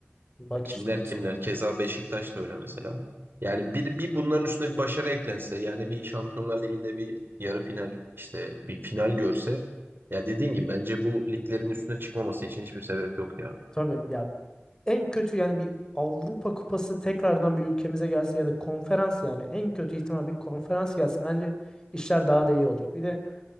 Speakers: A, on the left; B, on the right.
A: Bak
B: Kimler
A: işte mesela.
B: kimler. Keza Beşiktaş da öyle mesela. Yani bir, bir bunların üstüne bir başarı eklense, yani bir Şampiyonlar Ligi'nde bir yarı final, işte bir final görse, ya dediğin gibi bence bu liglerin üstüne çıkmaması için hiçbir sebep yok ya.
A: Tabii ya en kötü yani bir Avrupa Kupası tekrardan bir ülkemize gelse ya da konferans yani en kötü ihtimal bir konferans gelsin. Bence işler daha da iyi olacak. Bir de